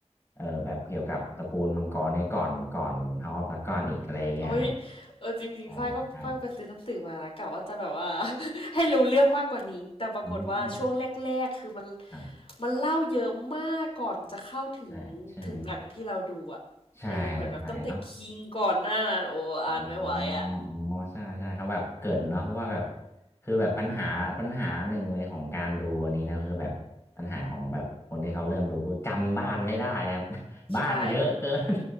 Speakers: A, on the left; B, on the left.
A: เออแบบเกี่ยวกับตระกูลมังกรเนี่ยก่อนก่อน House of Dragon อีกอะไรอย่างเงี้ยครับ
B: โอ้ยเออจริงๆฝ้ายก็ฝ้ายก็ไปซื้อหนังสือมานะกะว่าจะแบบว่า
A: ใช่ใช่
B: <laughs> ให้รู้เรื่องมากกว่านี้แต่ปรากฏว่าช่วงแรกๆคือมัน
A: อืมครับ
B: มันเล่าเยอะมากก่อนจะเข้าถึง
A: ใช่ใช่ไหม
B: ถึงหนังที่เราดูอ่ะเออเหมือนแบบตั้งแต่คิงก่อนหน้านั้นโอ้อ่านไม่ไหวอ่ะ
A: ใช่ใช่เนาะ อ๋ออ๋อใช่ใช่เขาแบบเกรินเนาะเพราะว่าแบบคือแบบปัญหาปัญหาหนึ่งเลยของการดูอันนี้นะคือแบบปัญหาของแบบคนที่เขาเริ่มดูคือจำบ้านไม่ได้ครับ
B: อืม
A: <laughs> บ้านเยอะเกิน
B: ใช่